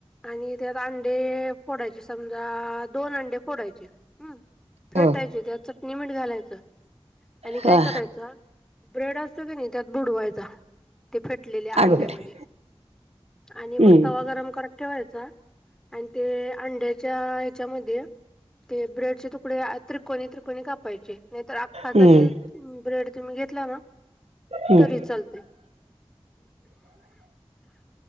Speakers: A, in the centre; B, on the right.
A: आणि त्यात अंडे फोडायचे समजा दोन अंडे फोडायचे, हम्म. फेटायची
B: हो
A: त्यात चटणी मिठ घालायचं आणि
B: हा
A: काय करायचं ब्रेड असतो की नाही त्यात बुडवायचा, ते फेट लेल्या अंड्यामध्ये,
B: अगं बाई
A: आणि मग
B: हम्म
A: तवा गरम करत ठेवाय चा आन ते अंड्याच्या हेच्या मध्ये ते ब्रेडचे तुकडे आ त्री त्रिकोणी त्रिकोणी कापायचे नाहीतर अख्खा
B: हम्म
A: जरी ब्रेड तुम्ही घेतला ना
B: हम्म
A: तरी चालतयं.